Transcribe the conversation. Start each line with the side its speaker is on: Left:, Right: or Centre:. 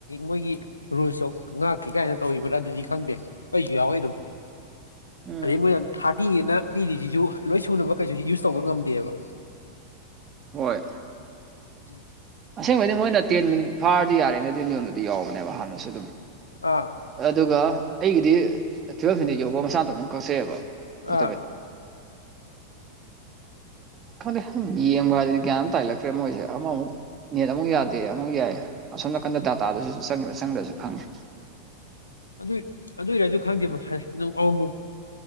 Left: ꯃꯣꯏꯒꯤ ꯔꯨꯜꯁꯨ ꯉꯥꯛꯀꯤ ꯀꯥꯏꯅ ꯇꯧꯕ꯭ꯔꯥ ꯑꯗꯨꯗꯤ ꯈꯪꯗꯦ ꯑꯩꯩꯁꯨ ꯌꯥꯎꯋꯤ ꯑꯗꯨꯝ
Right: ꯎꯝ
Left: ꯑꯗꯩ ꯃꯣꯏꯅ ꯊꯥꯔꯇꯤꯅꯦꯅ ꯄꯤꯔꯤꯁꯤꯁꯨ ꯂꯣꯏ ꯁꯨꯅꯕ ꯀꯩꯁꯨꯁꯤ ꯌꯨꯁ ꯇꯧꯕ ꯉꯝꯗꯦꯕ
Right: ꯍꯣꯏ
Left: ꯎꯝ
Right: ꯑꯁꯦꯡꯕꯗꯤ ꯃꯣꯏꯅ ꯇꯦꯟ ꯃꯤꯅꯤꯠ ꯐꯥꯔꯗꯤ ꯌꯥꯔꯦꯅꯗꯤ ꯅꯤꯌꯣꯝꯗꯗꯤ ꯌꯥꯎꯕꯅꯦꯕ ꯍꯥꯟꯅꯁꯨ ꯑꯗꯨꯝ
Left: ꯑꯥ
Right: ꯑꯗꯨꯒ ꯑꯩꯒꯤꯗꯤ ꯇꯨꯋꯦꯜꯐ ꯐꯗ ꯌꯧꯕ ꯃꯁꯥꯅꯇ ꯑꯗꯨꯝ ꯀꯛꯆꯩꯑꯕ ꯑꯣ
Left: ꯑꯥ
Right: ꯀꯗꯤ ꯈꯪꯗ ꯌꯦꯡꯕ ꯍꯥꯏꯗꯗꯤ ꯒ꯭ꯌꯥꯟ ꯑꯃ ꯇꯥꯏꯍꯜꯂꯛꯇ꯭ꯔꯦ ꯃꯣꯏꯁꯦ ꯑꯃꯃꯨꯛ ꯅꯦꯠ ꯑꯃꯨꯛ ꯌꯥꯗꯦ ꯑꯃꯨꯛ ꯌꯥꯏ ꯑꯁꯣꯝ ꯅꯥꯀꯟꯗ ꯗꯥꯇꯥꯗꯨꯁꯨ ꯆꯪꯉꯤꯕ ꯆꯪꯗ꯭ꯔꯁꯨ ꯈꯪꯉꯦ
Left: ꯑꯗꯨ ꯑꯗꯨ ꯑꯣꯏꯔꯁꯨ ꯈꯪꯗꯦꯕ꯭ꯔꯣ ꯍꯥꯏꯨ